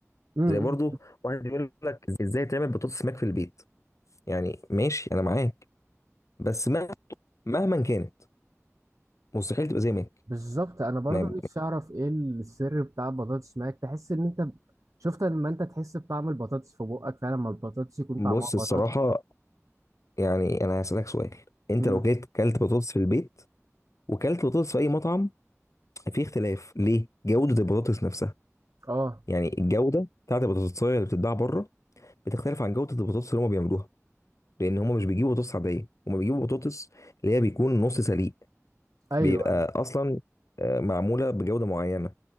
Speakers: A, on the right (about 80°); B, on the left (about 75°).
A: امم
B: زي برضو واحد بيقول لك ازاي تعمل بطاطس ماك في البيت يعني ماشي انا معاك بس مه- مهما كانت مستحيل تبقى زي ماك
A: بالظبط انا برضو
B: ما
A: نفسي اعرف ايه السر بتاع البطاطس معاك تحس ان انت شفت لما انت تحس بطعم البطاطس في بقك فعلا لما البطاطس يكون طعمها
B: بص الصراحه
A: بطاطس
B: يعني انا هسالك سؤال انت
A: امم
B: لو جيت كلت بطاطس في البيت وكلت بطاطس في اي مطعم في اختلاف ليه جوده البطاطس نفسها
A: اه
B: يعني الجوده بتاعت البطاطس اللي بتتباع بره بتختلف عن جوده البطاطس اللي هم بيعملوها لان هم مش بيجيبوا بطاطس عاديه هم بيجيبوا بطاطس اللي هي بيكون نص سليق
A: ايوه
B: بيبقى اصلا آه، معموله بجوده معينه